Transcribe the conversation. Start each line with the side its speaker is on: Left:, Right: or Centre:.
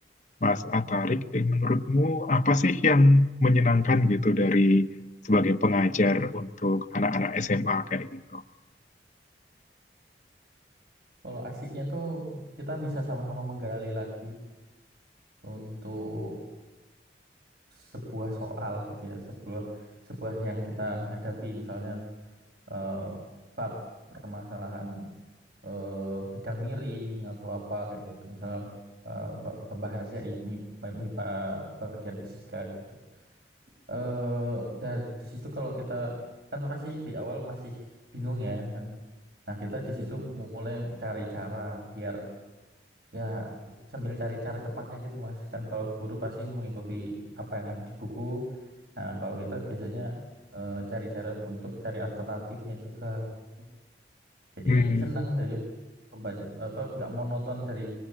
Left: Mas Atarik eh, menurutmu apa sih yang menyenangkan gitu dari sebagai pengajar untuk anak-anak SMA kayak gitu
Right: Kalau asiknya tuh kita bisa sama-sama menggali lagi untuk sebuah soal gitu ya, sebuah sebuah yang kita hadapi misalnya eh, bab permasalahan eh, bidang miring atau apa kayak gitu, misalnya eh, ba- membahasnya i- mi- mi- MIPA bagian fisika gitu. Eh dan di situ kalau kita kan pasti di awal masih bingung ya kan. Nah, kita di situ mulai cari cara biar Ya, sambil cari cara cepatnya gitu, Mas. Kan kalau guru pasti mengikuti apa yang ada di buku. Nah, kalau kita biasanya eh, cari cara untuk cari alternatifnya juga. gitu. Jadi
Left: Hmm,
Right: senang jadi pembaca apa nggak monoton dari